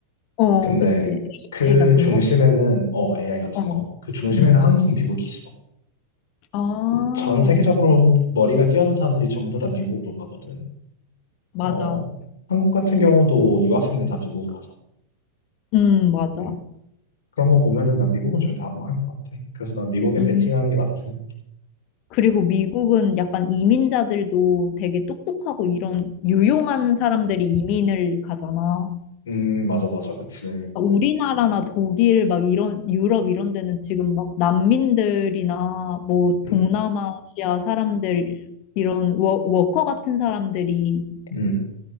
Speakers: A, on the left; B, on the left.
A: 어,
B: 근데
A: 그치.
B: 그
A: AI 같은
B: 중심에는,
A: 거?
B: 어, AI 같은
A: 어,
B: 거. 그 중심에는
A: 음.
B: 항상 미국이 있어.
A: 아,
B: 전 세계적으로 머리가 뛰어난 사람들이 전부 다 미국으로 가거든.
A: 맞아.
B: 어, 한국 같은 경우도 유학생들 다 미국으로 하잖아.
A: 음, 맞아.
B: 응. 그런 거 보면은 난 미국은 절대 안 망할 것 같아. 그래서 난 미국에
A: 음.
B: 베팅하는 게 맞다 생각해.
A: 그리고 미국은 약간 이민자들도 되게 똑똑하고 이런 유용한 사람들이 이민을 가잖아.
B: 음, 맞아, 맞아. 그치.
A: 우리나라나 독일 막 이런 유럽 이런 데는 지금 막 난민들이나 뭐
B: 음,
A: 동남아시아 사람들 이런 워, 워커 같은 사람들이
B: 음,